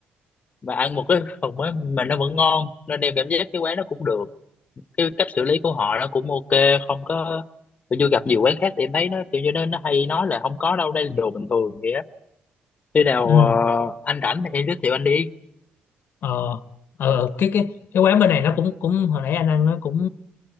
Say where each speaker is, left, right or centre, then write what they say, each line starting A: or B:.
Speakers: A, on the left; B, on the left.
A: mà ăn một cái phần mới mà nó vẫn ngon nên em cảm giác cái quán nó cũng được cái cách xử lý của họ nó cũng ok không có tôi chưa gặp nhiều quán khác thì em thấy nó kiểu như nó, nó hay nói là không có đâu đây là đồ bình thường vậy á khi nào
B: ừ
A: ờ, anh rảnh thì em giới thiệu anh đi
B: ờ ờ cái cái cái quán bên này nó cũng cũng hồi nãy anh ăn nó cũng